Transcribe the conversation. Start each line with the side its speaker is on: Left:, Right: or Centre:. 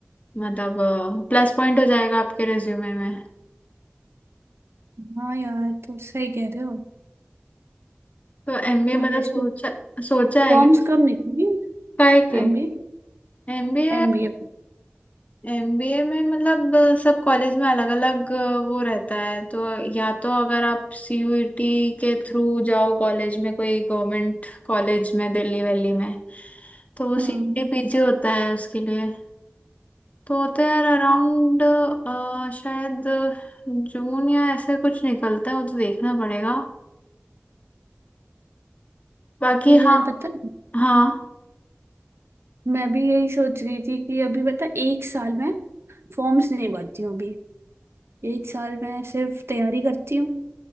Left: मतलब प्लस पॉइंट हो जाएगा आपके रिज्यूमे में
Right: हाँ यार तो सही कह रहे हो
Left: तो एमबीए
Right: कोई
Left: मतलब
Right: ऐसे
Left: सोचा सोचा है
Right: फॉर्म्स
Left: क्या?
Right: कब निकली
Left: काहे के
Right: MBA
Left: एमबीए
Right: MBA
Left: एमबीए में मतलब अ, सब कॉलेज में अलग अलग वो रहता है तो या तो अगर आप सीयूईटी के थ्रू जाओ कॉलेज में कोई गवर्नमेंट कॉलेज में दिल्ली वैली में तो वो सीयूईटी
Right: हम्म
Left: पीजी होता है उसके लिए तो होते हैं यार अराउंड शायद जून या ऐसे कुछ निकलता है वो तो देखना पड़ेगा बाकी
Right: तो यार
Left: हाँ
Right: बता
Left: हाँ
Right: मैं भी यही सोच रही थी कि अभी बता एक साल में फॉर्म्स नहीं भरती हूँ अभी एक साल में सिर्फ तैयारी करती हूँ